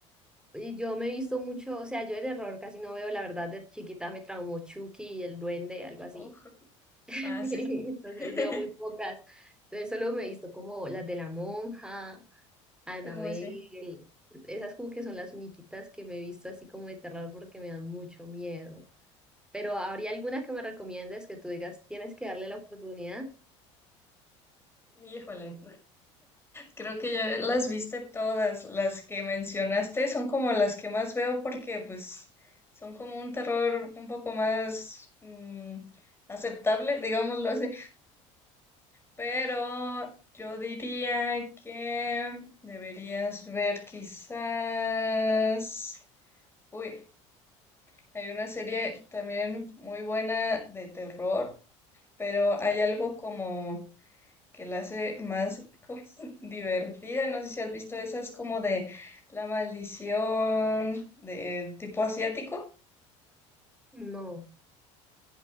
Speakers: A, in the centre; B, on the left.
A: Y yo me he visto mucho, o sea, yo de terror casi no veo, la verdad, de chiquita me traumó Chucky y el duende, algo así.
B: Uf.
A: <laughs> Entonces
B: Ah, sí, sí. <laughs>
A: veo muy pocas. Entonces solo me he visto como las de la monja, Annabelle,
B: Muy sí.
A: esas como que son las únicas que me he visto así como de terror porque me dan mucho miedo. Pero ¿habría alguna que me recomiendes que tú digas, tienes que darle la oportunidad?
B: Híjole. Creo que ya las viste todas, las que mencionaste son como las que más veo porque pues son como un terror un poco más mm, aceptable, digámoslo así, pero yo diría que deberías ver quizás... Uy, hay una serie también muy buena de terror, pero hay algo como que la hace más como <laughs> divertida. No sé si has visto esas como de La Maldición, de tipo asiático.
A: No,